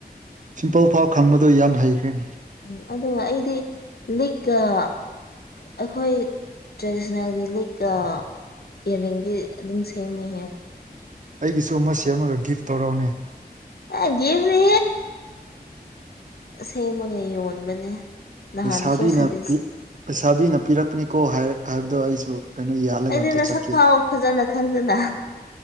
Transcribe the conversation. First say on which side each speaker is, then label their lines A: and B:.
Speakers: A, on the right; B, on the left.
A: ꯁꯤꯝꯄꯜ ꯐꯥꯎ ꯈꯪꯕꯗꯨ ꯌꯥꯝ ꯍꯩꯈ꯭ꯔꯦ
B: ꯎ ꯑꯗꯨꯒ ꯑꯩꯗꯤ ꯂꯤꯛꯀꯑ ꯑꯩꯈꯣꯏ ꯇ꯭ꯔꯦꯗꯤꯁꯅꯦꯜꯒꯤ ꯂꯤꯛꯀ ꯏꯌꯥꯔꯤꯡꯗꯤ ꯑꯗꯨꯝ ꯁꯦꯝꯃꯤꯍꯦ
A: ꯑꯩꯒꯤꯁꯨ ꯑꯃ ꯁꯦꯝꯃꯒ ꯒꯤꯐ ꯇꯧꯔꯛꯎꯅꯦ
B: ꯑꯒꯤꯁꯤ ꯁꯦꯝꯃꯒ ꯌꯣꯟꯕꯅꯦ ꯅꯍꯥꯟꯗꯨꯁꯨ
A: ꯂꯩꯁꯥꯕꯤꯅ
B: ꯁꯟꯗꯦꯁ
A: ꯂꯩꯁꯥꯕꯤꯅ ꯄꯤꯔꯛꯄꯅꯤꯀꯣ ꯍꯥꯏꯕꯗꯣ ꯑꯩꯁꯨ ꯀꯩꯅꯣ ꯌꯥꯜꯂꯒ
B: ꯑꯗꯤ
A: ꯑꯝꯇ
B: ꯅꯁꯛ
A: ꯆꯠꯀꯦ
B: ꯐꯥꯎ ꯐꯖꯅ ꯈꯪꯗꯅ